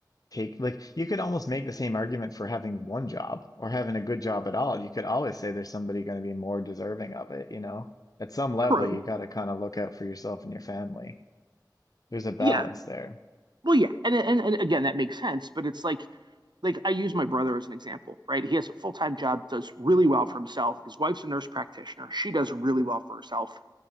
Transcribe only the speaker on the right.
True.
Yeah,
Well, yeah, and and and again, that makes sense, but it's like like I use my brother as an example, right? He has a full-time job, does really well for himself. His wife's a nurse practitioner. She does really well for herself.